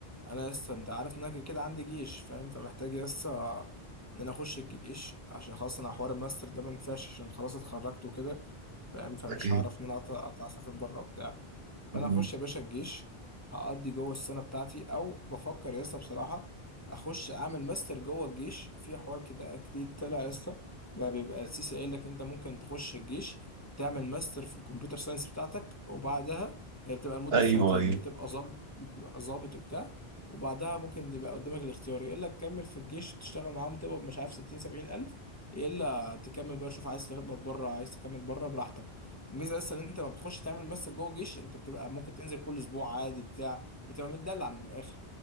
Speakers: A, on the left; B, on the right.
A: انا لسه انت عارف ان انا كده كده عندي جيش فاهم فمحتاج لسه ان انا اخش الجيش عشان خلاص انا حوار الماستر ده ما ينفعش عشان خلاص اتخرجت وكده فاهم فمش
B: بتاعتك ايه
A: هعرف ان انا اطلع اطلع اسافر بره وبتاع
B: مم.
A: فانا اخش يا باشا الجيش هقضي جوه السنه بتاعتي او بفكر يا اسطى بصراحه اخش اعمل ماستر جوه الجيش في حوار كده جديد طلع يا اسطى بقى بيبقى السيسي قايل لك انت ممكن تخش الجيش تعمل ماستر في الكمبيوتر ساينس بتاعتك وبعدها هي بتبقى لمده
B: ايوه
A: سنتين
B: ايوه
A: بتبقى ظابط بتبقى ظابط وبتاع وبعدها ممكن يبقى قدامك الاختيار يقول لك كمل في الجيش تشتغل معاهم تقبض مش عارف 60 70 الف يا الا تكمل بقى شوف عايز تقبض بره عايز تكمل بره براحتك الميزه اصلا ان انت لما بتخش تعمل ماستر جوه الجيش انت بتبقى ممكن تنزل كل اسبوع عادي بتاع بتبقى متدلع من الاخر